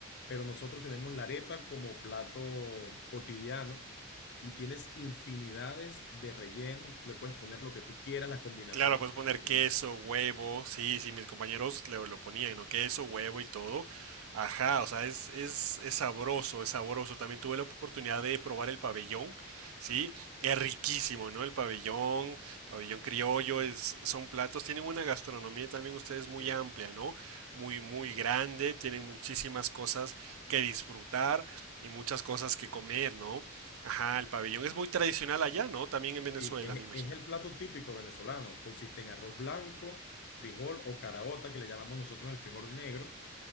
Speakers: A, on the left; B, on the right.
A: pero nosotros tenemos la arepa como plato cotidiano y tienes infinidades de rellenos. Tú le puedes poner lo que tú quieras, las combinaciones
B: Claro, puedes poner
A: que tú quieras.
B: queso, huevo, sí, sí, mis compañeros le- lo ponían, ¿no? Queso, huevo y todo. Ajá, o sea, es, es, es sabroso, es sabroso. También tuve la oportunidad de probar el pabellón, ¿sí?
A: Ah,
B: Es riquísimo, ¿no? El pabellón, pabellón criollo, es, son platos, tienen una gastronomía también ustedes muy
A: sí.
B: amplia, ¿no? Muy, muy grande, tienen muchísimas cosas que disfrutar y muchas cosas que comer, ¿no? Ajá, el pabellón es muy tradicional allá, ¿no? También en Venezuela,
A: Sí, es,
B: me imagino.
A: es el plato típico venezolano. Consiste en arroz blanco, frijol o caraota, que le llamamos nosotros el frijol negro,